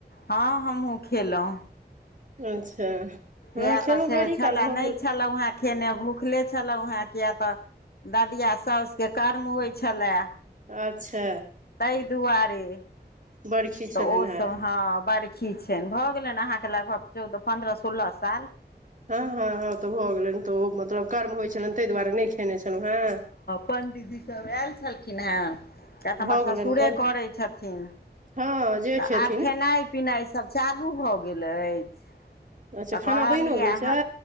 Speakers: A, on the left; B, on the right.
A: हँ हमहूँ खेलौ
B: अच्छा हँ
A: इए
B: खेलहुँ
A: तऽ
B: बड़ी
A: छलै
B: काल भऽ
A: नहि
B: गेल
A: छलै वहाँ खेने भुखले छलहुँ हेँ किया तऽ ददिया साउस के कर्म होइ छलए
B: अच्छा
A: ताहि दुआरे
B: बरखी छलनि
A: तऽ ओ
B: हेँ
A: सब हँ बड़खी छनि भऽ गेलनि अहाँके लगभग चौदह पन्द्रह सोलह साल
B: हँ हँ हँ तऽ भऽ गेलनि तऽ ओ मतलब कर्म होइत छलनि ताहि दुआरे नहि खेने छलहुँ हँ
A: पंडीजी सब आएल छलखिन हँ किए तऽ
B: भऽ
A: हमर ससुरे
B: गेलनि काल्हि
A: करै छथिन
B: हँ जेठ
A: तऽ
B: हेथिन
A: आब खेनाय पिनायसभ चालू भऽ गेल अछि
B: अच्छा
A: तऽ
B: खाना
A: कहलियै
B: बनिओ गेल
A: अहाँ
B: छै